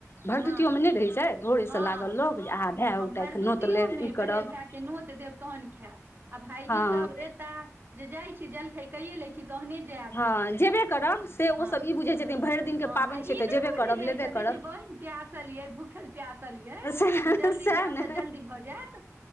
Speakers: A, on the left; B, on the right.
A: भरदुतियो
B: हँ
A: मेँ नहि रहै छै भोरे
B: हँ
A: से लागल लोक जे अँहा भाय
B: हम
A: उताए
B: भरदुतियोमे
A: तऽ नोत लेब ई करब
B: पहिले भायके नोत देब तहन खायब आ भाईजी
A: हँ
B: सब एता जे जाइ छी जल छकेयो लै छी तहने जायब
A: हँ जेबे करब से ओसभ
B: हँ
A: ई बुझैत छथिन भरि दिनके
B: ह आ
A: पाबनि
B: ई
A: छै तऽ
B: नहि
A: जेबे
B: बुझे
A: करब
B: जाय
A: लेबे
B: छथिन
A: करब
B: जे बहिन प्यार पासल यै भूखल प्यासल यै
A: सएह
B: जल्दी जायब
A: ने
B: तऽ जल्दी भऽ जायत